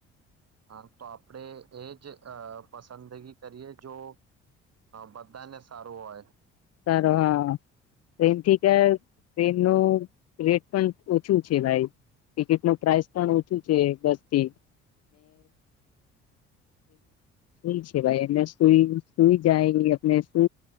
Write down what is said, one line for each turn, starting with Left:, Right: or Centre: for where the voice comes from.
Right: હા તો આપણેે એજ પસંદગી કરીએ જો બધાને સારું હોય
Left: સારો હા ટ્રેનથી ક ટ્રેન ન રેટ પણ ઓછું છે ભાઈ ટિકિટ ન પ્રઇસ પણ ઓછું છે બસથી સુ છે ભાઈ એ સુઈ સુઈ જાય અને સુ